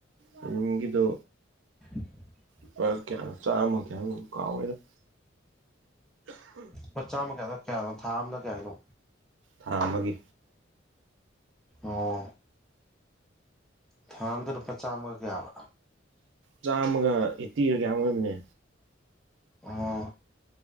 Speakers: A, on the right (about 75°); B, in the centre.
A: ꯄꯤꯃꯤꯌꯝꯒꯤꯗꯣ
B: <inaudible>
A: ꯂꯨꯄꯥ ꯀꯌꯥꯅꯣ ꯆꯥꯝꯃ ꯀꯌꯥꯅꯣꯝ ꯑꯣꯏꯕꯅꯤ ꯀꯥꯎꯒ꯭ꯔꯦꯗ
B: ꯄꯥ ꯆꯥꯝꯃ ꯀꯌꯥꯗ ꯀꯌꯥꯅꯣ ꯊꯥ ꯑꯃꯗ ꯀꯌꯥꯒꯤꯅꯣ
A: ꯊꯥ ꯑꯃꯒꯤ
B: ꯑꯣ ꯊꯥ ꯑꯝꯗꯣ ꯂꯨꯄꯥ ꯆꯥꯝꯃꯒ ꯀꯌꯥꯕ
A: ꯆꯥꯝꯃꯒ ꯑꯦꯠꯇꯤꯔ ꯀꯌꯥꯅꯣꯝ ꯑꯣꯏꯕꯅꯦ
B: ꯑꯣ